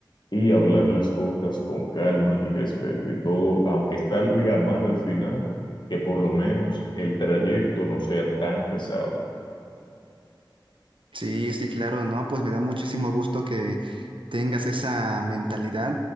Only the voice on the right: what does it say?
Sí, sí, claro, ¿no? Pues me da muchísimo gusto que tengas esa mentalidad,